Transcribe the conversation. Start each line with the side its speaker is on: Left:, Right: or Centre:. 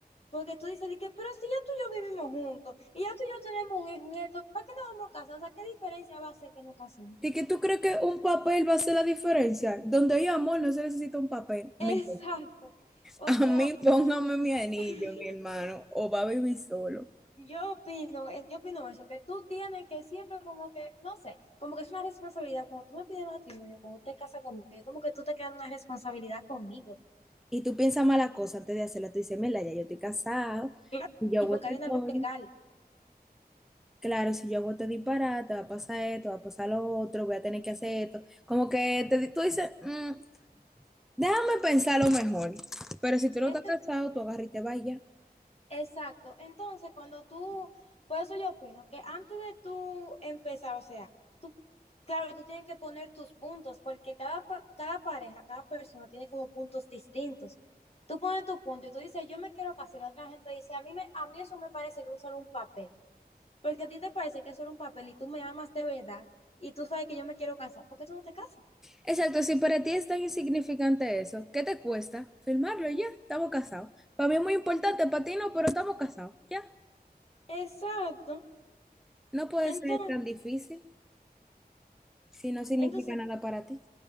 Left: Porque tú dices, de que, pero si ya tú y yo vivimos juntos, y ya tú y yo tenemos un hijo y esto, ¿para qué nos vamos a casar? O sea, ¿qué diferencia va a ser que nos casemos?
Centre: ¿De que tú crees que un papel va a hacer la diferencia? Donde hay amor, no se necesita un papel.
Left: <laughs>
Centre: Mire,
Left: Exacto. O
Centre: a
Left: sea,
Centre: mí <laughs> póngame mi anillo,
Left: <laughs>
Centre: mi hermano, o va a vivir solo.
Left: Yo opino, eh, yo opino eso, que tú tienes que siempre como que, no sé, como que es una responsabilidad. Cuando tú me pides matrimonio, cuando te casas conmigo, es como que tú te creas una responsabilidad conmigo.
Centre: Y tú piensas mala cosa antes de hacerla. Tú dices, mira, ya yo estoy casado,
Left: Claro.
Centre: si yo
Left: Y
Centre: hago
Left: porque
Centre: este
Left: hay un
Centre: coño,
Left: algo legal.
Centre: claro, si yo hago este disparate, va a pasar esto, va a pasar lo otro, voy a tener que hacer esto. Como que te, di- tú dices, "Mm, déjame pensar lo mejor. Pero si tú no
Left: Ente-
Centre: estás casado, tú agarras y te vayas.
Left: exacto. Entonces, cuando tú, por eso yo opino que antes de tú empezar, o sea, tú, claro, tú tienes que poner tus puntos, porque cada, pa- cada pareja, cada persona tiene como puntos distintos. Tú pones tu punto y tú dices, yo me quiero casar, y la otra gente dice, a mí, me, a mí eso me parece que es solo un papel. Porque a ti te parece que eso era un papel y tú me amas de verdad y tú sabes que yo me quiero casar, ¿por qué tú no te casas?
Centre: Exacto, si para ti es tan insignificante eso, ¿qué te cuesta? Firmarlo y ya, estamos casados. Para mí es muy importante, para ti no, pero estamos casados, ya.
Left: Exacto.
Centre: No puede
Left: Entonces,
Centre: ser tan difícil si no significa
Left: entonces
Centre: nada para ti.